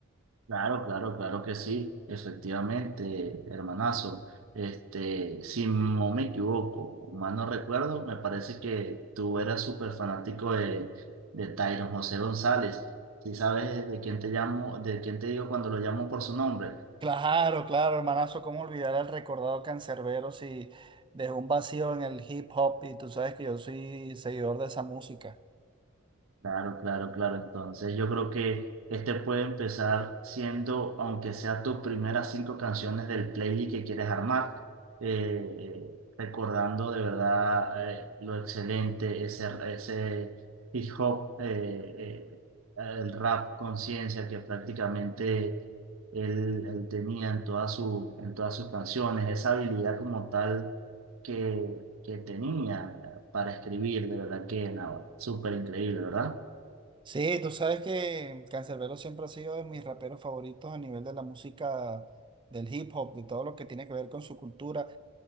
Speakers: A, on the right (about 75°); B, on the right (about 20°).
A: Claro, claro, claro que sí, efectivamente, hermanazo. Este, si no me equivoco, o mal no recuerdo, me parece que tú eras súper fanático de, de Tyron José González. Si sabes de quién te llamo, de quién te digo cuando lo llamo por su nombre?
B: Claro, claro, hermanazo, cómo olvidar al recordado cancerbero si dejó un vacío en el hip hop y tú sabes que yo soy seguidor de esa música.
A: Claro, claro, claro. Entonces yo creo que este puede empezar siendo, aunque sea tus primeras cinco canciones del playlist que quieres armar, eh, eh, recordando de verdad eh, lo excelente, ese, ese hip hop, eh, eh, el rap conciencia que prácticamente él, él tenía en todas sus, en todas sus canciones, esa habilidad como tal que, que tenía para escribir, de verdad que nada, súper increíble, ¿verdad?
B: Sí, tú sabes que Canserbero siempre ha sido de mis raperos favoritos a nivel de la música, del hip hop, de todo lo que tiene que ver con su cultura.